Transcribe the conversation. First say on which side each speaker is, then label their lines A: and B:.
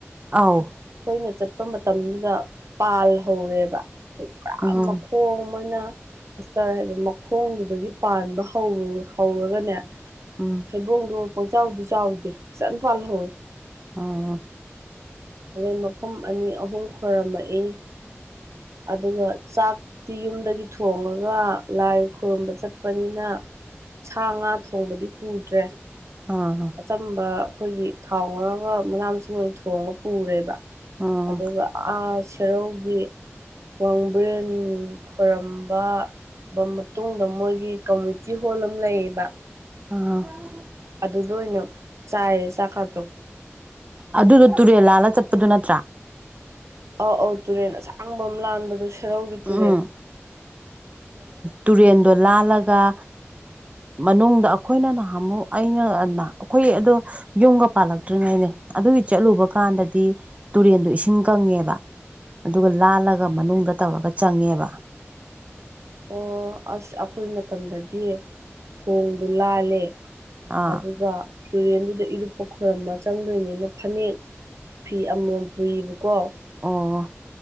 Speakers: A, on the right; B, on the right.
A: ꯑꯥꯎ
B: ꯑꯩꯈꯣꯏꯅ ꯆꯠꯄ ꯃꯇꯝꯗꯨꯗ ꯄꯥꯜ ꯍꯧꯔꯦꯕ ꯑꯈꯣꯏ ꯄꯨꯔꯥ
A: ꯎꯝ
B: ꯃꯈꯣꯡ ꯃꯣꯏꯅ ꯑꯁꯇꯔ ꯍꯥꯏꯕ ꯃꯈꯣꯡꯗꯨꯗꯒꯤ ꯄꯥꯟꯕ ꯍꯧꯔꯒꯅꯦ
A: ꯎꯝ
B: ꯊꯩꯕꯣꯡꯗꯣ ꯄꯪꯆꯥꯎꯗꯤ ꯆꯥꯎꯗꯦ ꯐꯖꯅ ꯄꯥꯜꯍꯧꯋꯤ
A: ꯑꯣ
B: ꯑꯗꯩ ꯃꯐꯝ ꯑꯅꯤ ꯑꯍꯨꯝ ꯈꯣꯏꯔꯝꯃꯛꯏ ꯑꯗꯨꯒ ꯆꯥꯛ ꯇꯤ ꯌꯨꯝꯗꯒꯤ ꯊꯣꯡꯉꯒ ꯂꯥꯏ ꯈꯨꯔꯨꯝꯕ ꯆꯠꯄꯅꯤꯅ ꯁꯥ ꯉꯥ ꯊꯣꯡꯕꯗꯤ ꯄꯨꯗ꯭ꯔꯦ
A: ꯑ
B: ꯑꯆꯝꯕ ꯑꯩꯈꯣꯏꯒꯤ ꯊꯥꯎ ꯉꯧꯔꯒ ꯃꯅꯥ ꯃꯁꯤꯡ ꯑꯣꯏꯅ ꯊꯣꯡꯉ ꯄꯨꯔꯦꯕ
A: ꯑꯥ
B: ꯑꯗꯨꯒ ꯑ ꯁꯦꯔꯧꯒꯤ ꯋꯥꯡꯕ꯭ꯔꯦꯟ ꯈꯣꯏꯔꯝꯕ ꯃꯇꯨꯡꯗ ꯃꯣꯏꯒꯤ ꯀꯝꯃꯨꯅꯤꯇꯤ ꯍꯣꯜ ꯑꯃ ꯂꯩꯌꯦꯕ
A: ꯑ
B: ꯑꯗꯨꯗ ꯑꯣꯏꯅ ꯆꯥꯏꯌꯦ ꯆꯥꯛꯀꯇꯣ
A: ꯑꯗꯨꯗꯣ ꯇꯨꯔꯦꯜ ꯂꯥꯜꯂ ꯆꯠꯄꯗꯣ ꯅꯠꯇ꯭ꯔꯥ
B: ꯑꯧ ꯑꯧ ꯇꯨꯔꯦꯟ ꯑꯁꯥꯡꯕ ꯑꯃ ꯂꯥꯟꯕꯗꯣ ꯁꯦꯔꯧꯒꯤ ꯇꯨꯔꯦꯜ
A: ꯎꯝ ꯇꯨꯔꯦꯟꯗꯣ ꯂꯥꯜꯂꯒ ꯃꯅꯨꯡꯗ ꯑꯩꯈꯣꯏꯅ ꯅꯍꯃꯨꯛ ꯑꯩꯅ ꯑꯩꯈꯣꯏ ꯑꯗꯣ ꯌꯨꯝꯒ ꯄꯥꯜꯂꯛꯇ꯭ꯔꯤꯉꯩꯅꯦ ꯑꯗꯨꯒꯤ ꯆꯠꯂꯨꯕ ꯀꯥꯟꯗꯗꯤ ꯇꯨꯔꯦꯟꯗꯣ ꯏꯁꯤꯡ ꯀꯪꯉꯦꯕ ꯑꯗꯨꯒ ꯂꯥꯜꯂꯒ ꯃꯅꯨꯡꯗ ꯇꯧꯔꯒ ꯆꯪꯉꯦꯕ
B: ꯑꯣ ꯑꯁ ꯑꯩꯈꯣꯏ ꯃꯇꯝꯗꯗꯤ ꯊꯣꯡꯗꯨ ꯂꯥꯜꯂꯦ
A: ꯑꯥ
B: ꯑꯗꯨꯒ ꯇꯨꯔꯦꯟꯗꯨꯗ ꯏꯔꯨꯞꯄ ꯈꯣꯏꯔꯝꯃ ꯆꯪꯗꯣꯏꯅꯤꯅ ꯐꯅꯦꯛ ꯐꯤ ꯑꯃꯃꯝ ꯄꯨꯏꯌꯦꯕꯀꯣ
A: ꯑꯣ